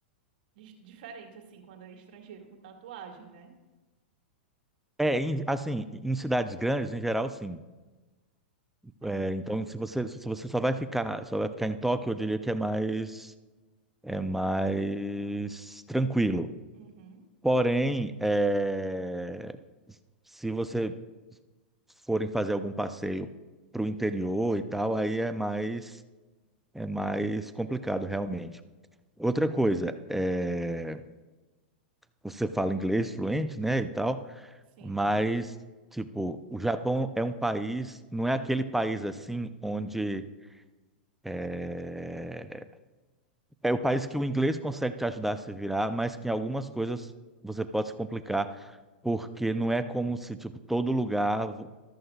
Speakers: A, on the right; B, in the centre.
A: di- diferente, assim, quando é estrangeiro com tatuagem, né?
B: É, em- assim, em cidades grandes, em geral, sim.
A: É.
B: É, então, se você se você só vai ficar só vai ficar em Tóquio, eu diria que é mais é mais tranquilo.
A: Uhum.
B: Porém, é, se você forem fazer algum passeio para o interior e tal, aí é mais é mais complicado realmente. Outra coisa, é, você fala inglês fluente, né, e tal,
A: Sim.
B: mas, tipo, o Japão é um país, não é aquele país assim onde é, é o país que o inglês consegue te ajudar a se virar, mas que em algumas coisas você pode se complicar, porque não é como se, tipo, todo lugar vo-